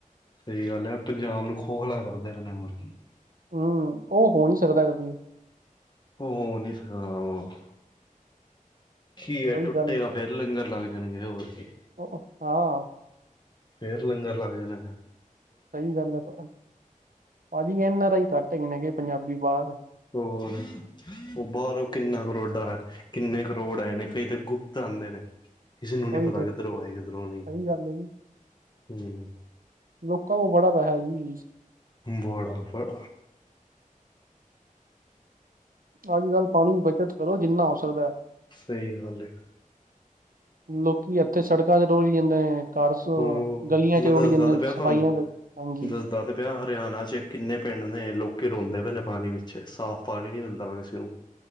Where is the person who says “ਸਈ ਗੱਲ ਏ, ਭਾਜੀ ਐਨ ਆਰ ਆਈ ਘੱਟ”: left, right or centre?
Right